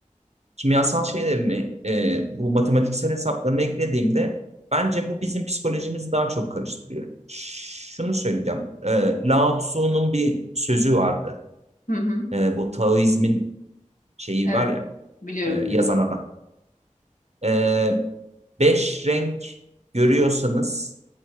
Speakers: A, on the right (about 55°); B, on the left (about 80°).
A: kimyasal şeylerini e, bu matematiksel hesaplarını eklediğimde bence bu bizim psikolojimizi daha çok karıştırıyor. Şunu söyleyeceğim. E, Lao Tzu'nun bir sözü vardı.
B: Hı hı.
A: E, bu Taoizmin şeyi
B: Evet.
A: var ya
B: Biliyorum
A: e, yazan
B: biliyorum.
A: adam. E, beş renk görüyorsanız